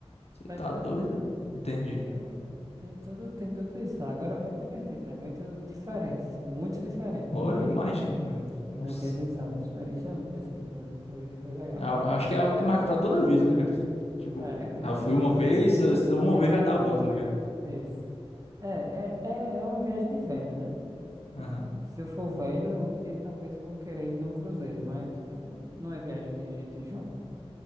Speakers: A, on the left; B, on the right.
A: Você
B: Tá
A: tá
B: entendendo?
A: doido, velho? Entendi.
B: Então, tem tudo, tem tudo isso. Agora é muito divertido, é muito diferente, assim, muito diferente
A: Ou
B: do que,
A: eu imagino mesmo. Nossa.
B: do que a gente sabe. Experiência única, assim, foi, foi, foi legal.
A: A- Acho que é algo que
B: É,
A: marca pra toda a vida, né, cara? Assim, tipo,
B: é,
A: ah, eu fui
B: é
A: uma
B: é, faz-
A: vez, uma
B: isso,
A: vez já tá bom, tá ligado?
B: isso. É, é, é, é uma viagem de velho, né?
A: Aham.
B: Tipo, se eu for velho, um dia talvez eu vou querer ir num cruzeiro, mas, tipo, não é viagem de gente jovem,